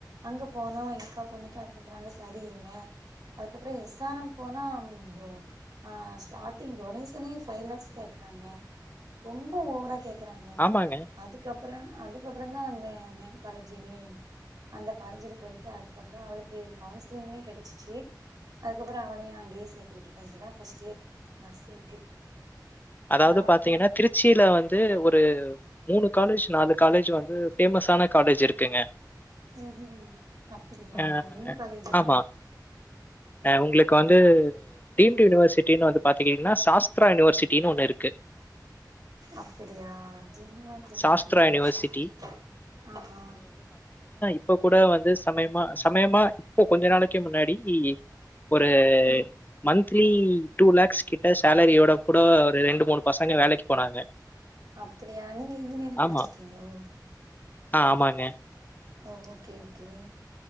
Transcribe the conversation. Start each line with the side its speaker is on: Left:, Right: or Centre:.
Right: அங்க போனோ எங்க அக்கா பொண்ணுக்கு அதுக்கப்புறோ அங்க சரியில்ல அதுக்கப்புறோ எஸ் ஆர் எம் போனோ ம் டோ ஆ ஸ்டார்ட்டிங் டொனே ஷனே ஃபைவ் லாக்ஸ் கேக்கறாங்க ரொம்ப ஓவரா கேக் கறாங்க
Left: ஆமாங்க.
Right: அதுக்கப் அப்புறோ அதுக்கப்புறந்தா அந்த மேம் காலேஜு மேம் அந்த காலேஜுல போயிட்டு அதுக்கப்புறோ அவளுக்கு கவுன்சிலிங்லயு கெடைச்சிச்சு அதுக்கப்புறோ அவளையு அங்கயே சேத்து விட்டுட்டோ இதுடா ஃபர்ஸ்ட் இயர் நர்சிங்க்கு
Left: அதாவது
Right: நா
Left: பாத்தீங்கன்னா
Right: படி
Left: திருச்சியில வந்து ஒரு மூணு காலேஜ் நாலு காலேஜ் வந்து ஃபேமஸான காலேஜ் இருக்குங்க
Right: ம்ஹூம் அப்புடியா
Left: அ
Right: என்ன காலேஜ்ஜுதா
Left: ஆமா. உங்களுக்கு வந்து டீம்டி யூனிவர்சிட்டின்னு வந்து பாத்தீங்கன்னா சாஸ்துரா யூனிவர்சிட் டின் ஒண்ணு இருக்கு
Right: அப்புடியா <unintelligible>
Left: சாஸ்திரா யூனிவர்சிட்டி
Right: ஆமா
Left: இப்ப கூட வந்து சமயமா சமயமா இப்போ கொஞ்ச நாளைக்கு முன்னாடி ஒரு
Right: ம்
Left: மன்த்லி டூ லேக்ஸ் கிட்ட சேலரியோட கூட ஒரு ரெண்டு மூணு பசங்க வேலைக்கு போனாங்க
Right: அப் அப்புடியா நீங்க இன்ஜினியரிங்
Left: ஆமா
Right: படுச்சுருக்கீங்களோ
Left: ஆ ஆமாங்க
Right: ஓ ஓகே ஓகே